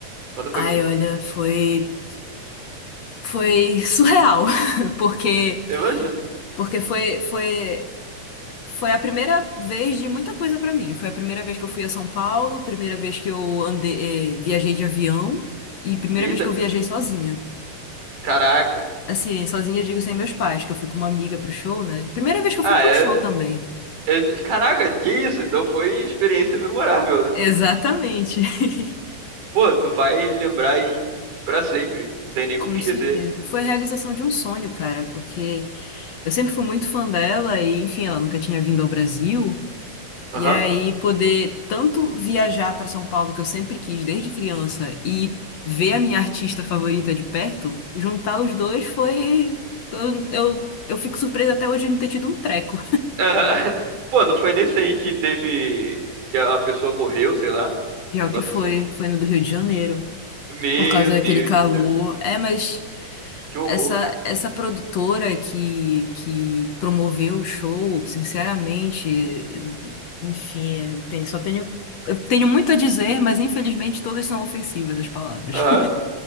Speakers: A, on the right; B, on the left.
A: Conta pra
B: Ai,
A: mim.
B: olha, foi, foi surreal, <laughs> porque,
A: Eu imagino.
B: porque foi, foi Foi a primeira vez de muita coisa pra mim. Foi a primeira vez que eu fui a São Paulo, primeira vez que eu andei, eh, viajei de avião e primeira
A: Eita,
B: vez que eu viajei sozinha.
A: caraca.
B: Assim, sozinha eu digo sem meus pais, que eu fui com uma amiga pro show, né? Primeira vez que eu
A: Ah,
B: fui pro
A: é,
B: show também.
A: é- caraca, que isso? Então foi experiência memorável, né?
B: Exatamente. <laughs>
A: Pô, tu vai lembrar aí pra sempre, não tem nem
B: Com
A: como esquecer.
B: certeza. Foi a realização de um sonho, cara, porque eu sempre fui muito fã dela e, enfim, ela nunca tinha vindo ao Brasil.
A: Aham.
B: E aí poder tanto viajar para São Paulo, que eu sempre quis desde criança, e ver a minha artista favorita de perto, juntar os dois foi. Eu, eu, eu fico surpresa até hoje de não ter tido um treco.
A: Ah, <laughs> pô, não foi nesse aí que teve. Que a pessoa morreu, sei lá.
B: Pior
A: Negócio
B: que foi,
A: assim.
B: foi no do Rio de Janeiro,
A: Meu
B: por causa
A: Deus
B: daquele calor.
A: do céu.
B: É, mas
A: Que horror,
B: essa,
A: cara.
B: essa produtora que, que promoveu o show, sinceramente, enfim, é- tem, só tenho. Eu tenho muito a dizer, mas infelizmente todas são ofensivas as palavras.
A: Aham.